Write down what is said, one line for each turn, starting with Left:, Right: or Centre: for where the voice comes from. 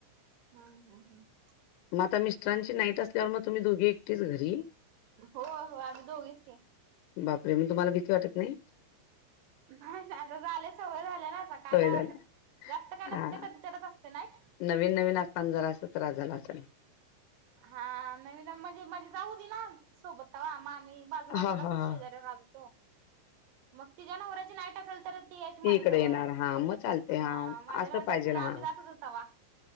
Right: <unintelligible>
Left: मग आता मिस्टरांची नाईट असल्यावर मग तुम्ही दोघी एकटीच घरी.
Right: हो हो. आम्ही दोघीच की.
Left: बापरे, मग तुम्हाला भीती वाटत नाही?
Right: नाही नाही. आता झाल्या सवय झाल्या ना आता काय
Left: सवय
Right: नाही
Left: झाली
Right: वाटत. जास्त काय नसते
Left: हां
Right: कधी तरच असते नाईट.
Left: नवीन नवीन असतान जरास त्रास झाला असेल.
Right: हा नवीन म्हणजे माझी जाऊ होती ना सोबत तवा. मग आम्ही बाजूबाजूला
Left: हां हां
Right: शेजऱ्या
Left: हां
Right: राहत होतो. मग तिच्या नवऱ्याची नाईट असेल तर, ती यायची माझ्याजवळ
Left: इकडे येणार हां मग चालते
Right: हा.
Left: हां
Right: माझ्याच
Left: असं पाहिजेल
Right: अस आम्ही
Left: हां
Right: जातच होतो तवा.